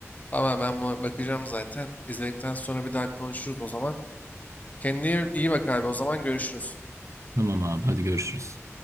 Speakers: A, on the left; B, on the right.
A: Tamam ben buna bakacağım zaten. İzledikten sonra bir daha konuşuruz o zaman. Kendine iyi bak abi. O zaman görüşürüz.
B: Tamam abi hadi görüşürüz.